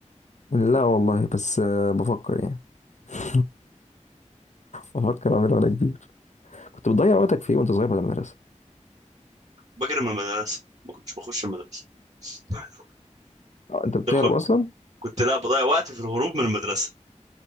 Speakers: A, on the left; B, on the right.
A: لا والله بس آه، بفكر يعني <laughs> بفكر اعملها وانا كبير كنت بتضيع وقتك في ايه وانت صغير بعد المدرسة
B: بجري من المدرسه ما كنتش بخش المدرسه <laughs>
A: آه، انت بتهرب
B: دخل
A: اصلا
B: كنت لا بضيع وقتي في الهروب من المدرسه